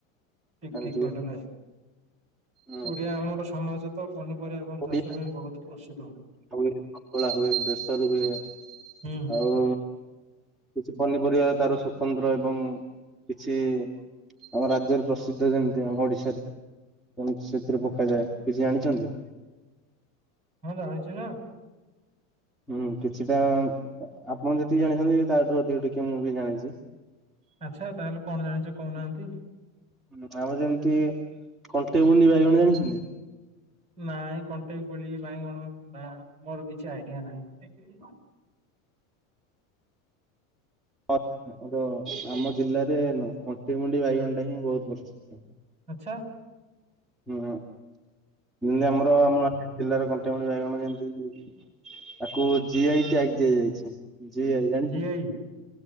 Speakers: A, on the right; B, in the centre.
A: ଠିକ୍
B: ଜାଣିଥିବେ।
A: ଠିକ୍ କହିଲ ଭାଇ
B: ହୁଁ
A: ଓଡିଆ ଆମର ସମାଜ ତ ପନିପରିବା ଆମ
B: ଓଡ଼ିଆ
A: ଚାଷ ପାଇଁ ବହୁତ୍ ପ୍ରସିଦ୍ଧ।
B: ହୁଏ ପତଳା ହୁଏ ବେସର ହୁଏ।
A: ହୁଁ।
B: ଆଉ କିଛି ପନିପରିବା ତାର ସ୍ଵତନ୍ତ୍ର ଏବଂ କିଛି ଆମ ରାଜ୍ୟରେ ପ୍ରସିଦ୍ଧ ଯେମିତି ଆମ ଓଡିଶାରେ କେମତି ସେଥିରୁ ପକାଯାଏ କିଛି ଜାଣିଛନ୍ତି?
A: ହଁ ଜାଣିଚି ନା।
B: ହୁଁ କିଛିଟା ଆପଣ ଯେତିକି ଜାଣିଛନ୍ତି ତାଠୁ ଅଧିକ ଟିକେ ମୁଁ ବି ଜାଣିଛି।
A: ଆଚ୍ଛା ତାହେଲେ କଣ ଜାଣିଛ କହୁନାହାନ୍ତି?
B: ଆଉ ଯେମିତି କଣ୍ଟେଇ ଗୁଣ୍ଡି ବାଇଗଣ ଜାଣିଛନ୍ତି?
A: ନାଇଁ କଣ୍ଟେଇ କୋଳି ବାଇଗଣ ନା ମୋର କିଛି ଆଇଡିଆ ନାହିଁ।
B: ହ ଆମର ଆମ ଜିଲ୍ଲାରେ କଣ୍ଟିମୁଣ୍ଡି ବାଇଗଣଟା ହିଁ ବହୁତ ପ୍ରସିଦ୍ଧ।
A: ଆଚ୍ଛା।
B: ହୁଁ ଯେମତି ଆମର ଆମ <unintelligible> ଜିଲ୍ଲାର କଣ୍ଟିମୁଣ୍ଡି ବାଇଗଣ ଯେମତି ତାକୁ ଜି ଆଇ ଟ୍ୟାଗ ଦିଆ ଯାଇଛି। ଜି ଆଇ ଜାଣିଛନ୍ତି?
A: GI